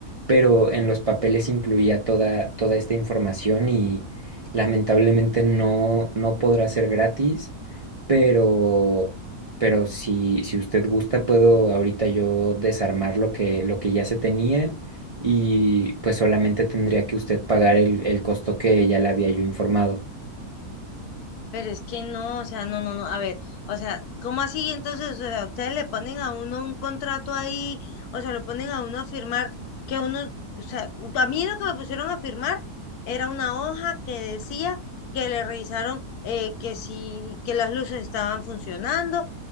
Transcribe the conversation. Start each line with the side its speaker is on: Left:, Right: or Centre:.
Right: pero en los papeles incluía toda, toda esta información y lamentablemente no, no podrá ser gratis, pero pero si, si usted gusta, puedo ahorita yo desarmar lo que, lo que ya se tenía y pues solamente tendría que usted pagar el, el costo que ya le había yo informado.
Left: Pero es que no, o sea, no, no, no, a ver, o sea, ¿cómo así? Entonces, o sea, ustedes le ponen a uno un contrato ahí, o sea, le ponen a uno a firmar que uno, o sea, a mí lo que me pusieron a firmar era una hoja que decía que le revisaron eh, que si, que las luces estaban funcionando,